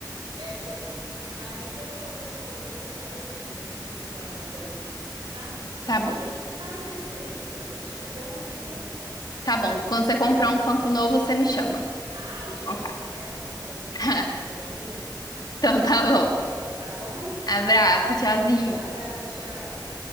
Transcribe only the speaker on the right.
É bom. Ai, mas eu vou, eu vou, eu vou sair, amiga. Eu vou ver se eu faço uma janta aqui descansar.
E a gente se fala mais vezes, pode deixar. É bom, né, falar de hobbies.
Ah,
show, eu
te mando até a foto pra você
ver se você achou bonito.
Tá bom?
Abraço, tchau.